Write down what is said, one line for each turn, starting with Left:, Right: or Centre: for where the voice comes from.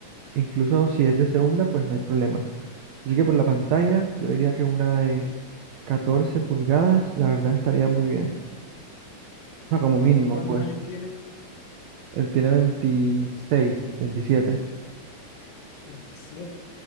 Right: Incluso si es de segunda, pues no hay problema. Así que por la pantalla, yo diría que una de 14 pulgadas, la verdad estaría muy bien. O sea, como mínimo,
Left: ¿Él cuántos
Right: pues.
Left: años tiene?
Right: Él tiene veintiséis veintisiete
Left: veintisiete